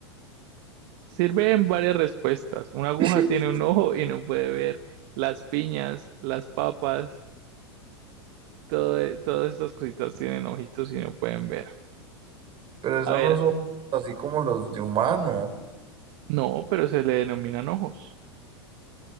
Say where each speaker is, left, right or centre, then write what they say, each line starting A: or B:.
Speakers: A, on the right; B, on the right.
A: Sirve en varias respuestas. Una aguja
B: <laughs>
A: tiene un ojo y no puede ver. Las piñas, las papas, todo, e- todas estas cositas tienen ojitos y no pueden ver.
B: Pero eso
A: A ver,
B: no son así como los de humano.
A: no, pero se le denominan ojos.